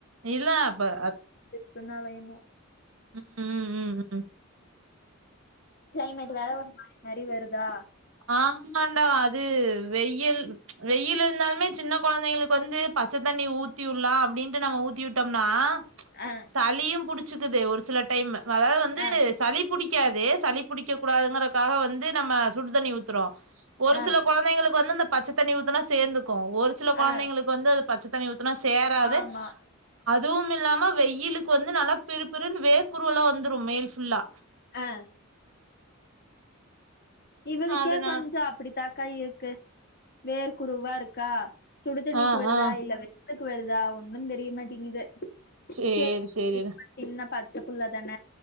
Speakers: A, on the right; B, on the left.
A: இல்ல அப்ப அத்
B: குனால இன்னு
A: உம் உம் உம் உம்
B: கிளைமேட் வேற <inaudible> மாரி வரு தா
A: ஆமாண்டா அது வெயில் வெயில் இருந்தாலுமே சின்ன கொழந்தைங்களுக்கு வந்து பச்ச தண்ணி ஊத்தி உட்லா அப்டின்ட்டு நம்ம ஊத்தி விட்டம்னா
B: ஆ
A: சளியு புடி ச்சுக்குது ஒரு சில டைமு அதாவது வந்து
B: ஆ
A: சளி புடிக் க்காது சளி புடிக்க கூடாதுங்கறக்காக வந்து நம்ம சுடு தண்ணி ஊத்தறோ ஒரு
B: ஆ
A: சில கொழந்தைங்களுக்கு வந்து இந்த பச்ச தண்ணி ஊத்துனா சேந்துக்கு ஒரு சில கொழந்தைங்களுக்கு
B: ஆ
A: வந்து பச்ச தண்ணி <unintelligible> துனா சேராது
B: ஆமா
A: அதுவுமில்லாம வெய்யிலுக்கு வந்து நல்லா பிரு பிருனு வேர்க்குருவல்லா வந்து <unintelligible> மேல் ஃபுல்லா
B: ஆ இவளுக்கே
A: அதனால
B: கொஞ்சோ அப்படித்தா கை இருக்கு வேர்க்குருவா இருக்கா சுடு தண்ணிக்
A: ஆ
B: வருதா
A: ஆ
B: இல்ல <unintelligible> வருதா ஒன்னுந்தெரிய மாட்டிங்குது
A: சேரி
B: சே
A: சேரிடா
B: <inaudible> சின்ன பச்ச புள்ள தான